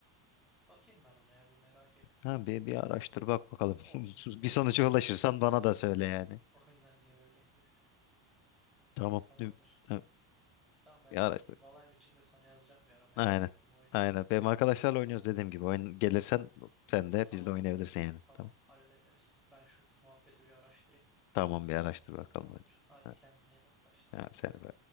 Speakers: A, in the centre; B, on the left.
A: Bakayım ben ona ya bir merak ettim.
B: ha, bir, bir araştır bak bakalım
A: Oyun
B: <laughs> bir
A: oyunlar
B: sonuca ulaşırsan
A: niye bö-
B: bana
A: böyle
B: da söyle yani
A: <laughs> oyunlar niye böyle dengesiz?
B: tamam
A: İyi tamamdır.
B: Ha,
A: Tamam ben
B: bir araştır
A: bakayım Valheim için de sana yazacağım bir ara merak
B: aynen
A: ettim oyun.
B: aynen benim arkadaşlarla oynuyoruz
A: Tamam.
B: dediğim gibi oyun gelirsen sen de
A: Tamam
B: bizle oynayabilirsin
A: tamam.
B: yani
A: Tamam
B: Tamam.
A: hallederiz. Ben şu muhabbeti bir araştırayım.
B: Tamam bir araştır bakalım
A: Tamamdır.
B: hadi.
A: Hadi
B: Ha,
A: kendine iyi bak kaçtım.
B: ha, seni be.